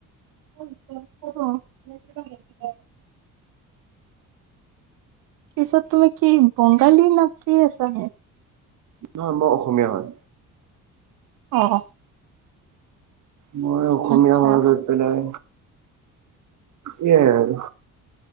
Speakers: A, on the right; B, on the right.
A: <unintelligible> অহ। পিছত তুমি কি বংগালী ন কি আছা হে
B: নহয়, মই অসমীয়া হয়।
A: অ।
B: মই অসমীয়া
A: আচ্ছা
B: হৈ গৈ পেলাই এয়াই আৰু,